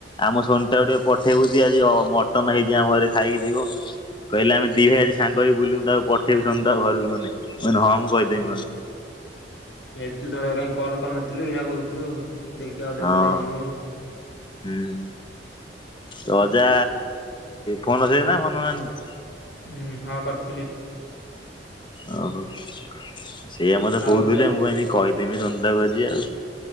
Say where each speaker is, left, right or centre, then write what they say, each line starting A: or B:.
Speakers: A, on the left; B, on the left.
A: ଆମ ସୋନୁ ଟାକୁ ଟିକେ ପ ଠେଇବୁ ତି ଆଜି ଅ ମଟନ ହେଇଛି ଆମ ଘରେ ଖାଇକି ଯିବ। କହିଲେ ଆମେ ଦି ଭାଇ ଆଜି ସାଙ୍ଗ ହେଇକି ବୁଲିବୁ ତାକୁ ପଠେଇବୁ ସୋନୁ ତା ଘରକୁ ଗନେ ମୁଁ କହିଲି ହଁ ମୁଁ କହିଦେବି
B: ଓ
A: ଗନେ
B: ଏ ତୁ <unintelligible> କାହିଁ କଲ କରିନଥିଲୁ ଏଇନା କହୁଛୁ ଆଉ। ଦେଖିଆ ଆଉ ଟିକେ
A: ହଁ
B: ପରେ ଯାଇ ଜିମି।
A: ହୁଁ। ତ ଅଜା ଫୋନ୍ ଧରିଚନ୍ତି ନା ଫୋନ୍ ଧରିନାହାନ୍ତି?
B: ଉୁଁ ହଁ କରିଥିଲି।
A: ଓହୋ ଅ ସେଇଆ ମତେ
B: ଆଉ
A: କହୁଥିଲେ
B: ତୁ ଆଜି
A: ମୁଁ କହିନି କହିଦେମି ସୋନୁ ଟାକୁ ଆଜି ଆଉ।